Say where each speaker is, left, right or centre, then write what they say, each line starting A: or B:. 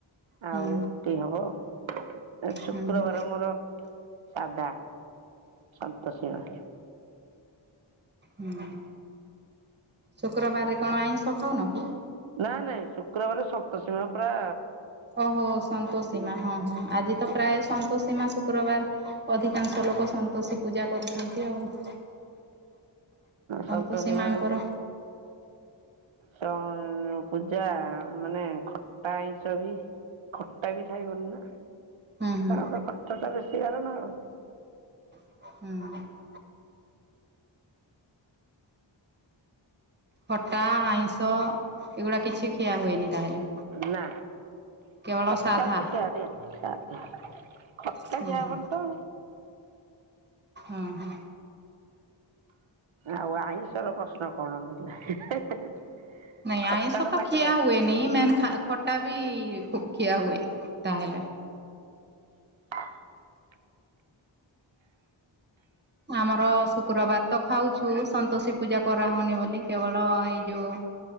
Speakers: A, on the right; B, on the right.
A: ହୁଁ
B: ଆଉ ରୁଟି ହବ ଆଜି ଶୁକ୍ରବାର
A: ହୁଁ ହୁଁ
B: ମୋର ସାଧା ସନ୍ତୋଷୀମା।
A: ହୁଁ ଶୁକ୍ରବାରେ କଣ ଆଇଁଷ ଖାଉନ କି?
B: ନାଇଁ ନାଇଁ ଶୁକ୍ରବାର ସନ୍ତୋସୀମା ପରା
A: ଓହୋ ସନ୍ତୋଷୀମା ହଁ ହଁ ଆଜି ତ ପ୍ରାୟ ସନ୍ତୋଷୀମା ଶୁକ୍ରବାର। ଅଧିକାଂଶ ଲୋକ ସନ୍ତୋଷୀ ପୂଜା କରୁଛନ୍ତି ଆଉ ସନ୍ତୋଷୀ
B: ସନ୍ତୋଷୀ
A: ମାଙ୍କର
B: ମା ସ ପୂଜା ମାନେ ଖଟା ଆଇଁଷ ବି? ଖଟା ବି ଖାଇବନି ନା,
A: ହୁଁ ହୁଁ
B: ତାଙ୍କର ତ ଖଟାଟା ବେଶୀ ବାରଣ ଆଉ
A: ହୁଁ। ଖଟା ଆଇଁଷ ଏଗୁଡ଼ା କିଛି ଖିଆ ହୁଏନି ତାହେଲେ
B: ନା
A: କେବଳ
B: ଖଟା
A: ସାଧା
B: ତ ଆ <inaudible> ଖଟା
A: ହୁଁ
B: ଖିଆ
A: ହୁଁ
B: ହବନି ତ
A: ଅ ହଁ।
B: ଆଉ ଆଇଁଷର ପ୍ରଶ୍ନ କଣ <unintelligible>
A: ନାଇଁ
B: ଖଟା
A: ଆଇଁଷ
B: ଟା
A: ତ
B: ତାଙ୍କର
A: ଖିଆ ହୁଏନି ମେନ୍ ଖା ଖଟା ବି ଖୁ ଖିଆ ହୁଏନି ତାହେଲେ।
B: <inaudible>
A: ଆମର ଶୁକ୍ରବାର ତ ଖାଉଛୁ ସନ୍ତୋଷୀ ପୂଜା କରା ହଉନି ବୋଲି କେବଳ ଏଇ ଯୋଉ